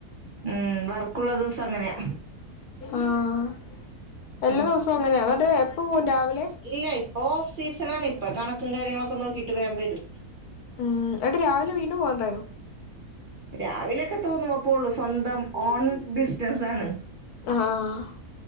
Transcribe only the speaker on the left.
ആഹ് എല്ലാ
ദിവസും അങ്ങന്യാ എന്നിട്ട് എപ്പ പോവും രാവിലെ?
ഉ എട്ട് രാവിലെ വീണ്ടും പോവാണ്ടായോ?
ആഹ്.